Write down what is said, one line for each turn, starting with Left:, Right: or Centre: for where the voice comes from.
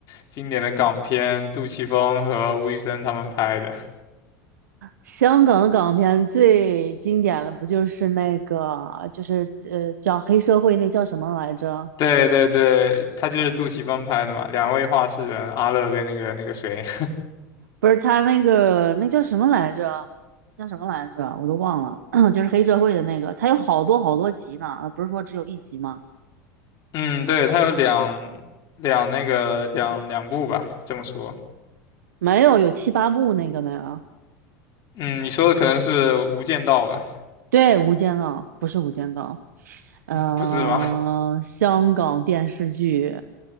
Left: 经典的港片，杜琪峰和吴宇森他们拍的。
Right: 香港的港片最经典的不就是那个，就是呃，讲黑社会那叫什么来着？
Left: 对对对，他就是杜琪峰拍的嘛，两位画室人，阿乐跟那个那个谁，
Right: 不是他那个那叫什么来着？叫什么来着？我都忘了，<clears throat> 就是黑社会的那个，他有好多好多集呢，呃不是说只有一集吗？
Left: <laughs> 嗯，对，他有两两那个两两部吧，这么说，
Right: 没有，有七八部那个的呀。
Left: 嗯，你说的可能是《无间道》吧，
Right: 对，《无间道》不是《无间道》，嗯，
Left: 不是吗？
Right: 香港电视剧，